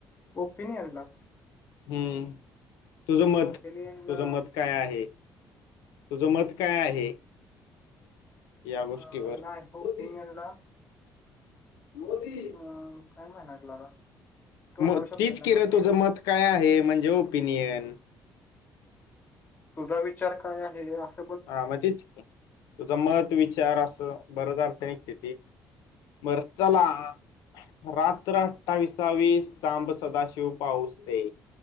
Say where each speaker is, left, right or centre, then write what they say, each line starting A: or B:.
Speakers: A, on the left; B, on the left.
A: ओपिनियनला
B: हम्म तुझं मत
A: ओपिनियनला
B: तुझं मत काय आहे तुझं मत काय आहे या गोष्टीवर
A: अ ना ए ओपिनिनला
B: मोदी मोदी
A: अं, काय महा नादि लागला तोंडावर
B: मग
A: शब्द
B: तीच
A: यायला
B: की
A: लागला
B: रे
A: तो
B: तुझं मत काय आहे म्हणजे ओपिनियन.
A: तुझा विचार काय आहे हे अस
B: हा म तेच की तुझ मत विचार असं बरच अर्थ निघत्यात ते. बरं चला. रात्र अठ्ठाविसावी सांब सदाशिव पाऊस दे.